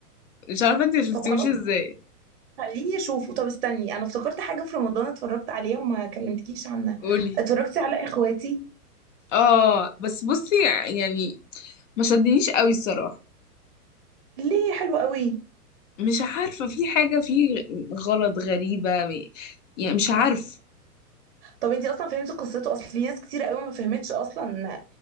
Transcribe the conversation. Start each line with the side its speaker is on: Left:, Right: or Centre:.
Left: مش عارفه انت ما شفتيهوش
Right: طب خلاص
Left: ازاي
Right: خليني اشوفه طب استني انا افتكرت حاجه في رمضان اتفرجت عليها وما كلمتكيش عنها
Left: قولي
Right: اتفرجتي على اخواتي
Left: اه بس بصي يعني ما شدنيش قوي الصراحه
Right: ليه حلو قوي
Left: مش عارفه في حاجه فيه غ- غلط غريبه م- يعني مش عارف
Right: طب انتي اصلا فهمتي قصته اصل في ناس كتير قوي ما فهمتش اصلا